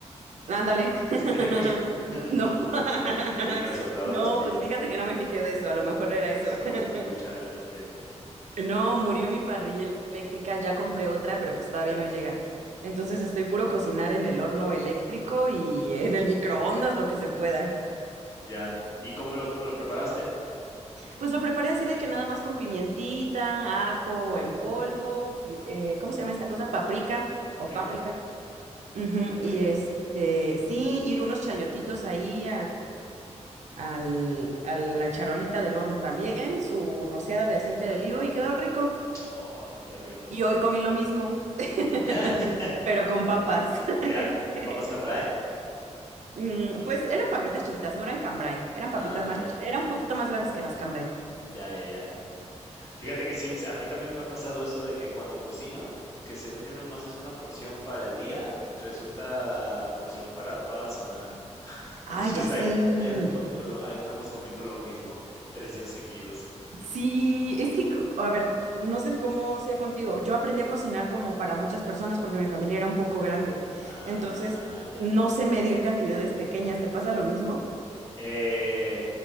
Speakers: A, on the right (about 75°); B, on the left (about 25°).
A: Ándale. <laughs>
B: Sí tenía pilas. <laughs>
A: No. <laughs>
B: Le hubiera soplado
A: No,
B: las pilas.
A: pues fíjate que no me fijé de eso, a lo mejor era eso.
B: Ponte
A: <laughs>
B: trucha, Nicte.
A: No, murió mi parrilla eléctrica, ya compré otra, pero pues todavía
B: Ya,
A: no llega. Entonces estoy puro cocinar en el horno eléctrico y
B: ajá,
A: en el microondas, lo que se pueda.
B: ya. ¿Y cómo lo, cómo lo preparaste?
A: Pues lo preparé así de que nada más con pimientita, ajo en polvo, pi- eh, ¿cómo se llama esta cosa? Paprika
B: Paprika.
A: o páprica. Ujú,
B: Sí, qué
A: Y
B: rico.
A: este, sí, y unos chayotitos ahí al- a la charolita del horno también, su rociada de aceite de olivo y quedó rico.
B: Oh, qué rico.
A: Y hoy comí lo mismo, <laughs>
B: <laughs>
A: pero con papas.
B: Ya.
A: <laughs>
B: ¿Papas cambray?
A: Mm, Pues eran papitas chiquitas, no eran cambray, eran papitas
B: Ah,
A: más,
B: ya,
A: chi- eran un poquito más grandes que las cambray.
B: ya, ya, ya. Fíjate que sí, sí, a mí también me ha pasado eso de que cuando cocino, que según yo nomás es una porción para el día, resulta porción para toda la semana. <laughs>
A: Ay,
B: Entonces
A: ya sé.
B: ahí, ahí ando comiendo lo- ahí andamos comiendo lo mismo <laughs> tres días seguidos.
A: Sí, es que, co- a ver, c- no sé cómo sea contigo. Yo aprendí a cocinar como para muchas personas porque mi familia era un poco grande.
B: Ah,
A: Entonces,
B: ya.
A: no sé medir cantidades pequeñas. ¿Te pasa lo mismo?
B: Eh,